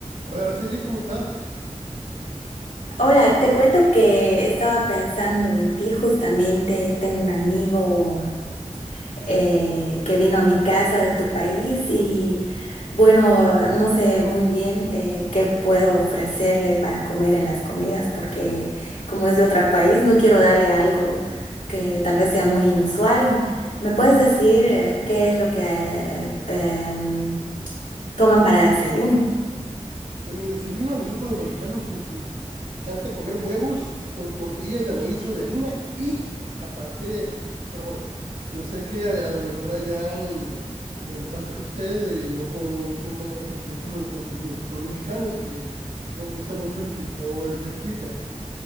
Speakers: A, on the right (about 85°); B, on the left (about 80°).
A: Hola, Araceli, ¿cómo estás?
B: Hola, te cuento que estaba pensando en ti justamente. Tengo un amigo eh, que vino a mi casa de tu país y bueno, no sé muy bien eh, qué puedo ofrecerle para comer en las comidas porque como es de otro país, no quiero darle algo que tal vez sea muy inusual. ¿Me puedes decir eh, qué es lo que eh, em, toman para desayuno?
A: En el desayuno a nosotros los mexicanos nos en- encanta comer huevos con tortillas de maíz o de harina y aparte, pero bueno, yo sé que a, a lo mejor allá en, en donde está usted eh, no consuman frijol como lo consumimos nosotros los mexicanos, que nos gusta mucho el frijol refrito.